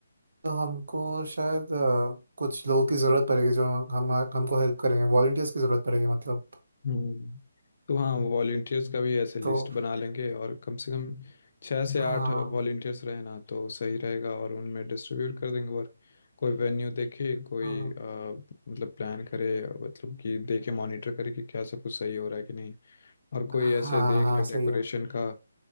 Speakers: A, on the right; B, on the left.
A: तो हमको शायद अ, कुछ लोगों की ज़रूरत पड़ेगी जो हम हमको हेल्प करेंगे वॉलंटियर्स की ज़रूरत पड़ेगी मतलब
B: हम्म तो हाँ वो वॉलेंटियर्स का भी ऐसे लिस्ट
A: तो
B: बना लेंगे और कम से कम छः से
A: हाँ
B: आठ वॉलेंटियर्स रहना तो सही रहेगा और उनमें डिस्ट्रीब्यूट कर देंगे वर्क कोई वेन्यू देखे कोई
A: हम्म,
B: अ, मतलब प्लान करे मतलब कि देखे मॉनिटर करे कि क्या सब कुछ सही हो रहा है कि नहीं और कोई
A: हाँ
B: ऐसे देख
A: हाँ
B: ले
A: सही
B: डेकोरेशन
A: है
B: का